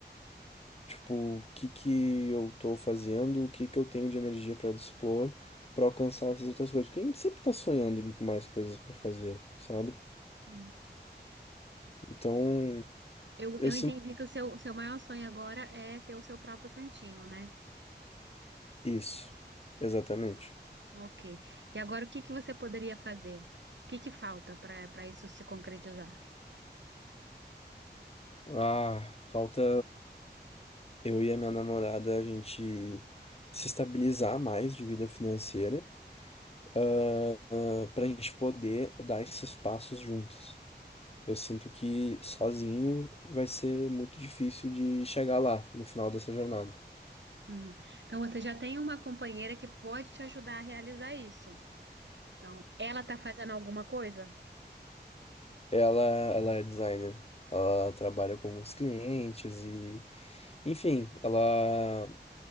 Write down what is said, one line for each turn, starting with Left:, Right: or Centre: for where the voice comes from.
Left: Tipo, o que que eu tô fazendo, o que que eu tenho de energia para dispor para alcançar essas outras coisas. Porque a gente sempre tá sonhando em mais coisas para fazer, sabe?
Right: Uhum.
Left: Então,
Right: Eu,
Left: eu
Right: eu
Left: sinto
Right: entendi que o seu, seu maior sonho agora é ter o seu próprio cantinho, né?
Left: isso. Exatamente.
Right: Ok. E agora o que que você poderia fazer? O que que falta para para isso se concretizar?
Left: Ah, falta eu e a minha namorada a gente se estabilizar mais de vida financeira, ah, para a gente poder dar esses passos juntos. Eu sinto que sozinho vai ser muito difícil de chegar lá no final dessa jornada.
Right: Uhum. Então você já tem uma companheira que pode te ajudar a realizar isso. Então, ela tá fazendo alguma coisa?
Left: Ela, ela é designer. Ela trabalha com os clientes e, enfim, ela,